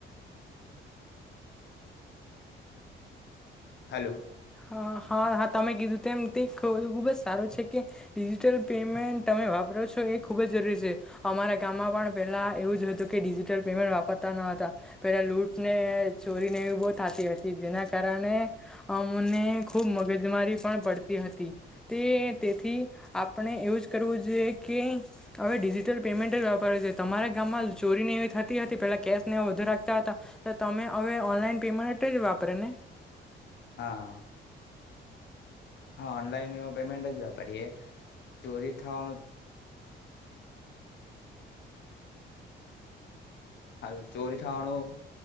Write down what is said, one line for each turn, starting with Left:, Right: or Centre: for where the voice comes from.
Left: હલો
Centre: હ હા હા તમે કીધું તેમમ તે ખું ખુબ જ સારું છે ડિજિટલ પેમેન્ટ તમે વાપરો છો એ ખુબ જ જરૂરી છે અમારા ગામમાં પણ પેલાું <inaudible> હતું કે ડિજિટલ પેમેન્ટ વાપરતા ન હતા પેલા લૂટને ચોરીને એવી બહ થતી હતી એના કારણે ને ખૂબ મગજમારી પણ પડતી હતી તે તેથી આપણે એવું જ કરવું જોઈએ કે હવે ડિજિટલ પેમેન્ટ જ વેપાર છે તમારા ગામમાં ચોરીની પે કેને વધુ રાખતા તમે હવે ઓનલાઈન પીમાટ જ વાપરે ને
Left: હા હા ઓનલાઈન ન પેમેન્ટ જ વાપરીએ ચોરી થવાનો હ ચોરી થવાનુંું